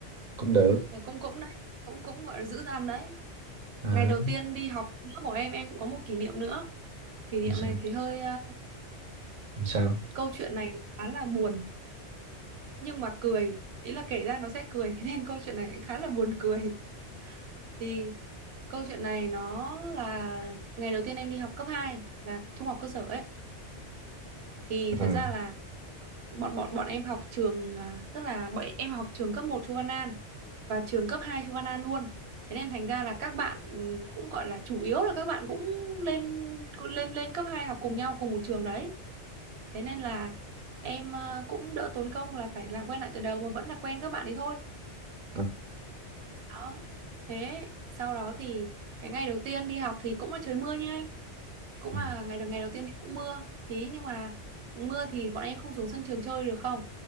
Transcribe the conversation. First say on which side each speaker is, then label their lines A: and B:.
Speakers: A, on the right (about 45°); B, on the right (about 65°).
A: cũng được
B: Ờ, cũng cũng đấy cũng cũng gọi là giữ gian đấy
A: à,
B: ngày đầu tiên đi học nữa của em em cũng có một kỷ niệm nữa kỷ niệm
A: làm sao
B: này thì hơi ờ,
A: làm sao
B: câu chuyện này khá là buồn nhưng mà cười ý là kể ra nó sẽ cười <laughs> thế nên câu chuyện này khá là buồn cười thì câu chuyện này nó là ngày đầu tiên em đi học cấp hai là trung học cơ sở ấy thì
A: à,
B: thật ra là bọn bọn bọn em học trường à, tức là bọn em học trường cấp một Chu Văn An và trường cấp 2 Chu Văn An luôn. Thế nên thành ra là các bạn ừ, cũng gọi là chủ yếu là các bạn cũng lên cũng lên lên cấp 2 học cùng nhau cùng một trường đấy. Thế nên là em à, cũng đỡ tốn công là phải làm quen lại từ đầu mà vẫn là quen các bạn ấy thôi.
A: à,
B: Đó. Thế sau đó thì cái ngày đầu tiên đi học thì cũng là trời mưa như anh, cũng
A: à,
B: là ngày ngày đầu tiên thì cũng mưa. Thế nhưng mà mưa thì bọn em không xuống sân trường chơi được không?